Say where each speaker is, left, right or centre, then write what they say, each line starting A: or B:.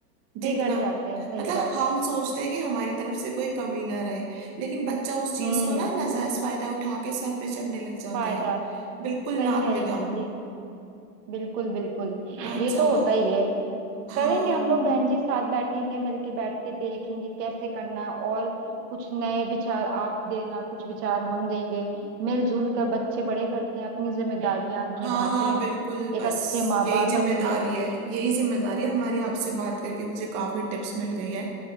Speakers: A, on the right; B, on the right.
A: बिगड़
B: जितना
A: जाते हैं सही
B: मतलब
A: बात
B: हम
A: है
B: सोचते हैं कि हमारी तरफ से कोई कमी ना रहे लेकिन बच्चा उस चीज
A: हम्म
B: को ना नाजायज फायदा उठा के सर पे चढ़ने लग जाते
A: फायदा
B: हैं बिल्कुल
A: सही
B: नाक
A: कह रही
B: में दम
A: बहन जी बिल्कुल बिल्कुल
B: बहुत
A: ये
B: ज्यादा
A: तो होता ही है
B: हाँ
A: करेंगे हम लोग बहन जी साथ बैठेंगे मिलके बैठ के देखेंगे कैसे करना है और कुछ नए विचार आप देना कुछ विचार हम देंगे मिलजुल कर बच्चे बड़े करते हैं अपनी जिम्मेदारियां
B: हाँ
A: निभाते
B: हाँ
A: हैं
B: बिल्कुल
A: एक
B: बस
A: अच्छे माँ
B: यही
A: बाप
B: जिम्मेदारी
A: बनते हैं
B: है यही जिम्मेदारी है हमारी आपसे बात करके मुझे काफी टिप्स मिल गई है